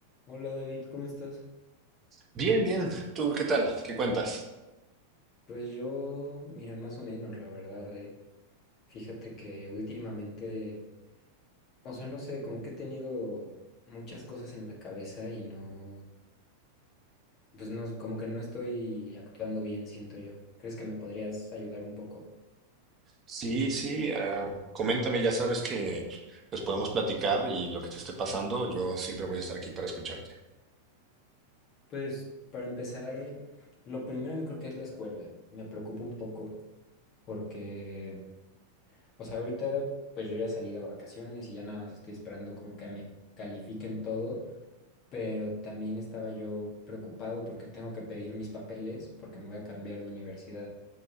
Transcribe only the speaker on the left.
Hola David, ¿cómo estás?
Pues yo, mira, más o menos, la verdad. eh. Fíjate que últimamente, o sea, no sé, como que he tenido muchas cosas en la cabeza y no, pues no, como que no estoy actuando bien, siento yo. ¿Crees que me podrías ayudar un poco?
Pues para empezar, lo primero yo creo que es la escuela. Me preocupa un poco porque, o sea, ahorita pues yo ya salí de vacaciones y ya nada más estoy esperando como que me califiquen todo pero también estaba yo preocupado porque tengo que pedir mis papeles porque me voy a cambiar de universidad.